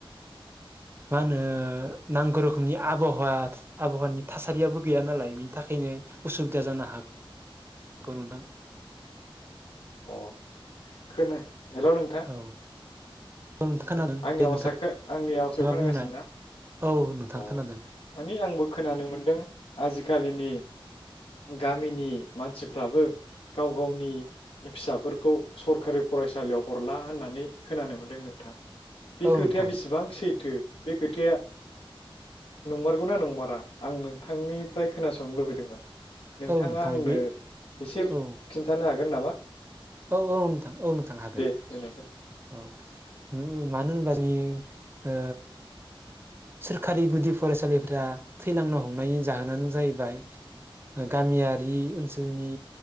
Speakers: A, on the right (about 25°); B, on the left (about 85°).
A: मा होनो नांगौ रोखोम नि आबहावा आबहावानि थासारियाबो गैया नालाय बिनि थाखायनो उसुबिदा जानो हागो नोंथां
B: अ खोना हेल' नोंथां
A: औ नोंथां खोनादों
B: आंनि
A: दे
B: आवासा
A: नोंथाङा
B: आंनि आवासखौ खोनागासिनो
A: बुंनाय
B: ना
A: औ नोंथां
B: अ
A: खोनादों
B: माने आंबो खोनानो मोनदों आजिखालिनि गामिनि मानसिफ्राबो गाव गावनि फिसाफोरखौ सरखारि फरायसालियाव हरला होननानै नै खोनानो मोनदों नोंथां बे
A: औ
B: खोथाया
A: नोंथां
B: बेसेबां सैथो बे खोथाया नंमारगौना नंमारा आं नोंथांनिफ्राय खोनासंनो लुबैदोंमोन नोंथाङा
A: औ नोंथां
B: आंनो
A: बे
B: एसे
A: औ
B: खिनथानो हागोन ना
A: औ औ नोंथां औ नोंथां हागोन
B: दे दोननोसै
A: औ उ मानो होनबा जोंनि ओ सोरखारि गुदि फरायसालिफ्रा थैलांनो हमनायनि जाहोनानो जाहैबाय गामियारि ओनसोलनि